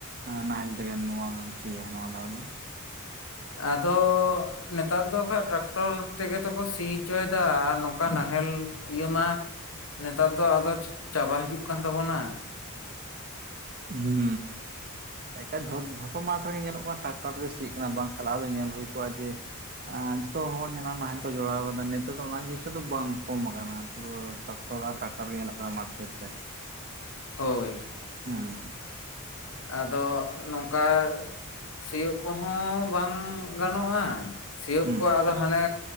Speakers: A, on the right; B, on the left.
A: ᱱᱟᱦᱮᱞ ᱛᱮ ᱜᱮᱢ ᱱᱚᱶᱟ ᱱᱚᱣᱟᱢ ᱥᱤᱭᱟ ᱱᱚᱶᱟ ᱫᱟᱣ ᱫᱚ
B: ᱟᱫᱚᱻ ᱱᱮᱛᱟᱨ ᱫᱚ ᱟᱠᱷᱟᱡ ᱴᱨᱟᱠᱴᱚᱨ ᱛᱮᱜᱮᱮᱛᱠᱚ ᱥᱤ ᱦᱚᱪᱚᱭᱮᱫᱟ ᱟᱨ ᱱᱚᱝᱠᱟ ᱱᱟᱦᱮᱞ ᱤᱭᱟᱹ ᱢᱟ ᱱᱮᱛᱟᱨ ᱫᱚ ᱟᱫᱚ ᱪᱟᱵᱟ ᱦᱤᱡᱩᱜ ᱠᱟᱱ ᱛᱟᱵᱚᱱᱟ
A: ᱦᱩᱸᱻ ᱮᱠᱟᱞ ᱡᱚ ᱡᱷᱚᱛᱚ ᱢᱟᱴ ᱨᱮᱜᱮ ᱧᱮᱞᱚᱜ ᱠᱟᱱᱟ ᱴᱨᱟᱠᱴᱟᱨ ᱛᱮᱜᱮ ᱥᱤᱜ ᱠᱟᱱᱟ ᱵᱟᱝᱠᱷᱟᱱ ᱞᱟᱦᱟ ᱫᱚ ᱧᱮᱞ ᱦᱩᱭ ᱠᱚᱜᱼᱟ ᱡᱮ ᱡᱚᱛᱚ ᱦᱚᱲ ᱧᱮᱞᱟᱢ ᱱᱟᱦᱮᱞ ᱠᱚ ᱡᱚᱲᱟᱣ ᱠᱟᱫᱟ ᱱᱤᱛᱟᱨ ᱫᱚ ᱚᱱᱟ ᱡᱤᱱᱤᱥᱴᱟ ᱫᱚ ᱵᱟᱝ ᱠᱚᱢ ᱟᱠᱟᱱᱟ ᱯᱩᱨᱟᱹ ᱴᱟᱠᱴᱟᱨ <unintelligible> ᱴᱟᱠᱴᱟᱨ ᱜᱮ ᱧᱮᱞᱚᱜ ᱠᱟᱱᱟ ᱢᱟᱴ ᱠᱷᱮᱛ ᱨᱮ
B: ᱦᱳᱭ
A: ᱦᱩᱸ
B: ᱟᱫᱚ ᱱᱚᱝᱠᱟ ᱥᱤᱭᱳᱜ ᱠᱚᱦᱚᱸ ᱵᱟᱝ ᱜᱟᱱᱚᱜᱼᱟ ᱥᱤᱭᱳᱜ
A: ᱦᱩᱸ
B: ᱠᱚ ᱟᱫᱚ ᱦᱟᱱᱮ